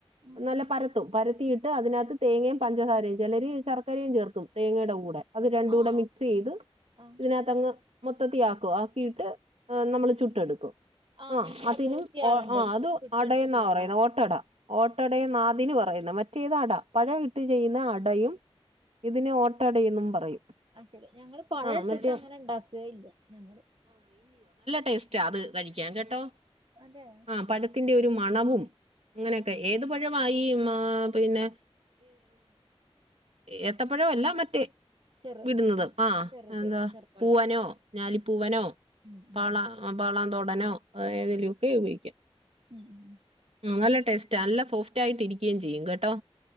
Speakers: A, on the right; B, on the right.
A: ഉം
B: നല്ല പരത്തും പരത്തിയിട്ട് അതിനകത്ത് തേങ്ങേ പ ഞ്ചസാരയും ചിലര് ശർക്കരയുംചേർക്കും തേങ്ങയുടെകൂടെ അത് രണ്ടൂടെ
A: ആഹ്
B: മിക്സ് ചെയ്ത്
A: ആഹ്
B: ഇതിനത്തങ്ങ് മൊത്തത്തിആക്കും ആക്കിയിട്ട് നമ്മള് ചുട്ടെടുക്കും.
A: ആഹ്
B: ആ
A: ഞങ്ങളത്
B: അതിനും
A: ചെയ്യാറുണ്ട്
B: ഓ ആ അത്
A: ചുട്ടെടുത്തിട്ടുള്ള
B: അടയന്ന പറയുന്ന
A: അട
B: ഓട്ടട ഓട്ടടേന്ന അതിന്പറയുന്നെ മറ്റേത് അട പഴവിട്ട് ചെയ്യുന്ന അടയും ഇതിന് ഓട്ടടേന്നു പറയും
A: ആ ശരി ഞങ്ങള് പഴ
B: ആ
A: ഇട്ടിട്ട്
B: മറ്റേ
A: അങ്ങനെ ഇണ്ടാക്കെഇല്ല ഞ
B: ടേസ്റ്റ അത് കഴിക്കാൻ കേട്ടോ
A: അതെ
B: ആ പഴത്തിന്റെ ഒരു മണവും അങ്ങനെയൊക്കെ
A: ഉം.
B: ഏതു പഴമായി മാ പിന്നെ ഏത്തപ്പഴവല്ല മറ്റെ
A: ചെറു
B: വിട്ന്നത് അ
A: ചെറുത്
B: എന്താ
A: ചെറുപഴം
B: പുവനോ ഞാലിപുവനോ
A: ഉം
B: പാള
A: ഉം ഉം
B: പാളതോടനോ ഏതെലുഒക്കെ ഉപയോഗിക്കാ
A: <unintelligible>
B: നല്ല ടേസ്റ്റ്ആ അല്ല സോഫ്റ്റ്ആയിട്ട് ഇരിക്കയുംചെയ്യും കേട്ടോ